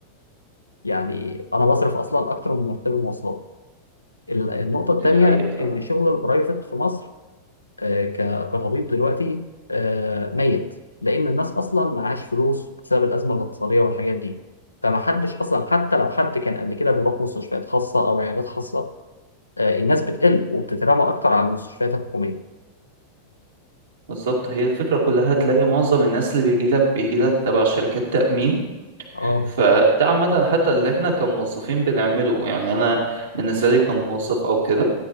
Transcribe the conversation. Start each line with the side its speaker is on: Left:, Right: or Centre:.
Left: يعني انا بصرف اصلا اكتر من مرتبي مواصلات ال- النقطة
Right: دي
Left: التانية
Right: حقيقه فعلا
Left: إن شغل البرايفت في مصر آه، ك- كطبيب دلوقتي آه، ميت لأن الناس أصلا معهاش فلوس بسبب الأزمة الاقتصادية والحاجات دي فمحدش أصلا حتى لو حد كان قبل كده بيروح مستشفيات خاصة أو عيادات خاصة آه، الناس بتقل وبتترمى أكتر على المستشفيات الحكومية
Right: بالظبط هي الفكره كلها تلاقي معظم الناس اللي بيجي لك بيجي لك تبع شركات تامين
Left: اه
Right: فده عامه حتى اللي احنا كموظفين بنعمله يعني انا بالنسبه لي كموظف او كده